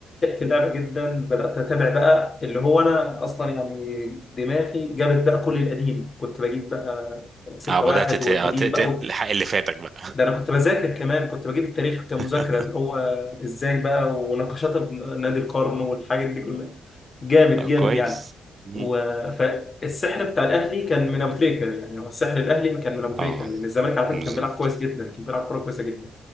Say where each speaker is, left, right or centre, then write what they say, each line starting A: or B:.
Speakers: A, on the left; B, on the right.
A: اللعبه جدا بدات اتابع بقى اللي هو انا اصلا يعني دماغي جابت بقى كل القديم كنت بجيب بقى 6
B: اه بدأت
A: واحد
B: ت-
A: والقديم
B: آه، ت- تلحق
A: بقى
B: اللي فاتك بقى
A: ده انا كنت بذاكر كمان كنت بجيب التاريخ كمذاكره
B: <laughs>
A: اللي هو ازاي بقى ونقاشات نادي القرن والحاجات دي كلها جامد
B: طب
A: جامد
B: كويس
A: يعني
B: مم.
A: و... فالسحر بتاع الاهلي كان من ابو تريكه يعني هو السحر الاهلي كان من ابو تريكه
B: اه
A: لان الزمالك على فكره
B: بالظبط
A: كان بيلعب كويس جدا كان بيلعب كوره كويسه جدا